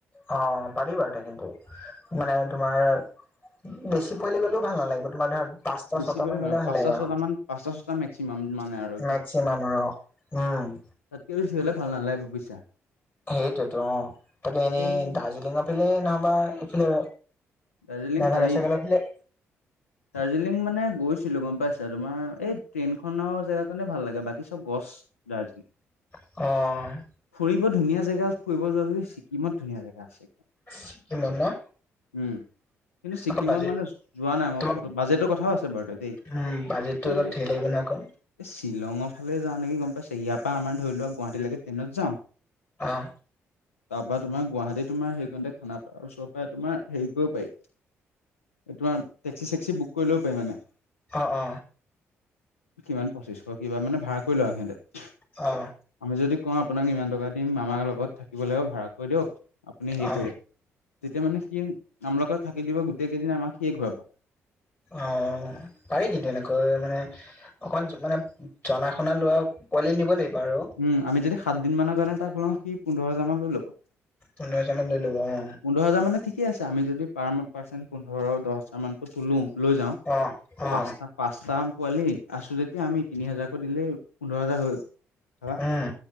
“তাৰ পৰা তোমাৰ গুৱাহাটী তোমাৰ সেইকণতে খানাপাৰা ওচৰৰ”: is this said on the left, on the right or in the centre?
Left